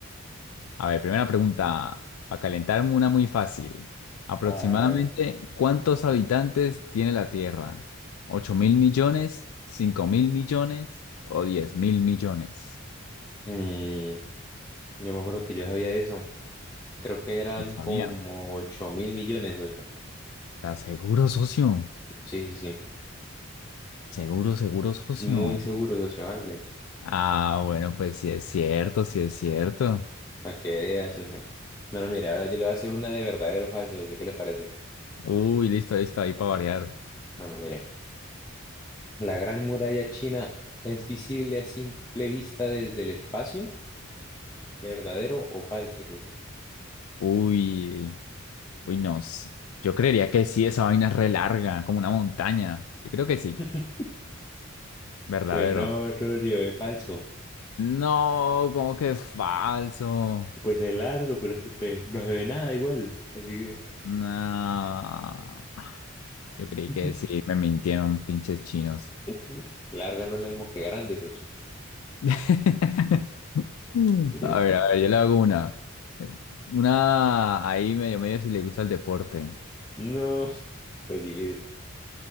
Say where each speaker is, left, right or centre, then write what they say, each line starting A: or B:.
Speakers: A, on the left; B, on the left.
A: A ver, primera pregunta, para calentarme una muy fácil. Aproximadamente,
B: Vale, a ver.
A: ¿cuántos habitantes tiene la Tierra? Ocho mil millones? cinco mil millones? ¿O diez mil millones?
B: Mm, yo me acuerdo que yo sabía eso. Creo que eran
A: No sabía.
B: como 8 mil millones, socio.
A: ¿Estás seguro, socio?
B: Sí, sí, sí.
A: Seguro, seguro, socio.
B: Muy seguro, socio. Hágale.
A: Ah, bueno, pues sí es cierto, sí es cierto.
B: Para que veas, socio. Bueno, mira, ahora yo le voy a hacer una de verdadero o falso, socio. ¿Qué le parece?
A: Uy, listo, listo, ahí para variar.
B: Bueno, mire. ¿La Gran Muralla China es visible a simple vista desde el espacio? ¿Verdadero o falso, socio?
A: Uy, uy, no. s- Yo creería que sí, esa vaina es re larga, como una montaña. Yo creo que sí,
B: <laughs>
A: verdadero.
B: Pues no, socio, es falso.
A: No, como que falso.
B: Pues es largo, pero es que pues, no se ve nada igual. Así
A: No. Yo creí que
B: que...
A: sí, me mintieron pinches chinos.
B: <laughs> Larga no es lo mismo que grande, socio.
A: <laughs> Mm.
B: Eh,
A: A ver, a ver, yo le hago una. Una ahí medio medio si le gusta el deporte.
B: No, pues difícil.